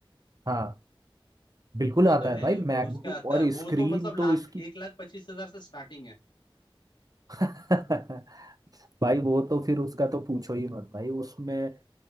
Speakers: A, on the right; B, on the left.
A: हाँ बिल्कुल
B: ये
A: आता
B: तो
A: है
B: है
A: भाई मैकबुक
B: उसका आता
A: और
B: है वो
A: स्क्रीन
B: तो मतलब
A: तो
B: लाख
A: इसकी
B: एक लाख पच्चीस हजार से स्टार्टिंग है
A: <laughs> भाई वो तो फिर उसका तो पूछो ही मत भाई उसमें